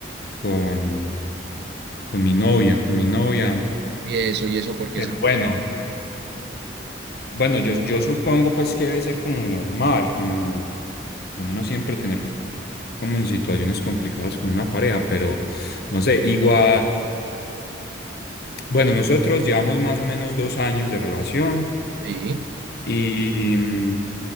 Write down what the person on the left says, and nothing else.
con, con mi novia, con mi novia.
Pero
bueno, Bueno, yo, yo supongo pues que debe ser como normal, como, como no siempre tener co- como situaciones complicadas con una pareja, pero no sé, igual, bueno, nosotros llevamos más o menos dos años de relación
y, mm,